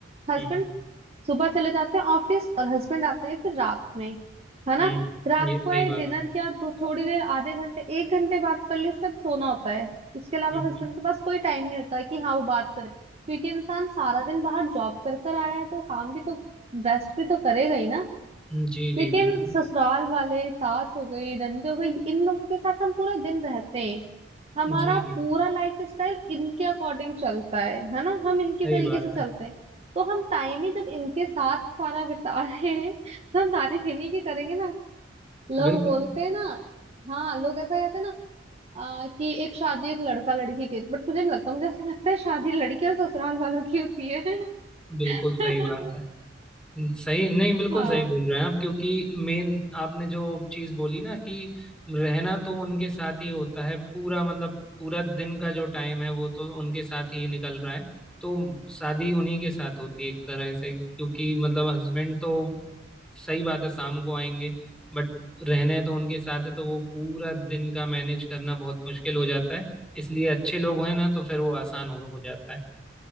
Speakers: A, on the right (about 35°); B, in the centre.
A: हस्बैंड
B: हम्म
A: सुबह चले जाते हैं ऑफिस और हस्बैंड आते हैं फिर रात में है ना
B: हम्म हम्म,
A: रात
B: ये सही
A: को आए
B: बात
A: डिनर
B: है
A: किया तो थोड़ी देर आधे घंटे एक घंटे बात कर ली उससे सोना होता है उसके अलावा
B: हम्म,
A: हस्बैंड के पास कोई टाइम नहीं होता कि हाँ वो बात करे क्योंकि इंसान सारा दिन बाहर जॉब कर कर आया है तो काम भी तो रेस्ट भी तो करेगा ही ना
B: हम्म, जी जी
A: लेकिन
B: बिल्कुल
A: ससुराल वाले सास हो गई नंद हो गई इन लोगों के साथ हम पूरा दिन रहते हैं हमारा
B: जी
A: पूरा लाइफ स्टाइल इनके अकॉर्डिंग चलता है है ना हम इनके
B: सही
A: तरीके
B: बात
A: से चलते
B: है
A: हैं तो हम टाइम ही जब इनके साथ सारा बिता रहे हैं तो हम तारीफ इन्हीं की करेंगे ना लोग
B: बिल्कुल
A: बोलते हैं ना हाँ लोग ऐसा कहते हैं ना आ, कि एक शादी एक लड़का लड़की की बट मुझे नहीं लगता मुझे ऐसा लगता है शादी लड़की और ससुराल वालों की होती है
B: बिल्कुल
A: <laughs>
B: सही बात है सही नहीं बिल्कुल
A: हाँ
B: सही बोल रहे हैं आप क्योंकि मेन आपने जो चीज बोली ना कि रहना तो उनके साथ ही होता है पूरा मतलब पूरा दिन का जो टाइम है वो तो उनके साथ ही निकल रहा है तो शादी उन्हीं के साथ होती है एक तरह से क्योंकि मतलब हस्बैंड तो सही बात है शाम को आएंगे बट रहने तो उनके साथ है तो वो पूरा दिन का मैनेज करना बहुत मुश्किल हो जाता है इसलिए अच्छे लोग हैं ना तो फिर वो आसान हो हो जाता है